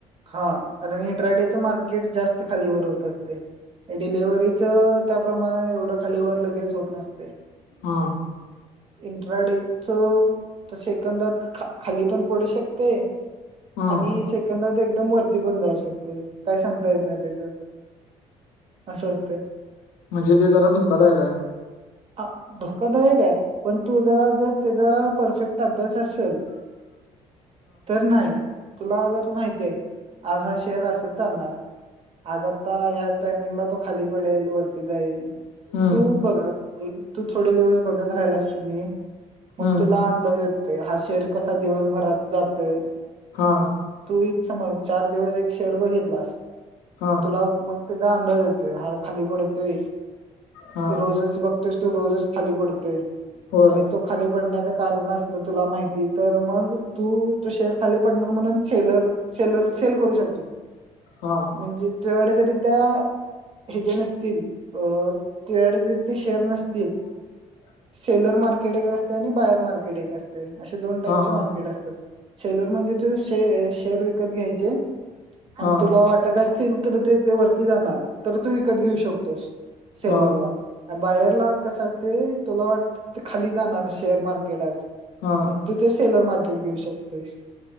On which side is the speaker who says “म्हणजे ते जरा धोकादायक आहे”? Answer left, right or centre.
Left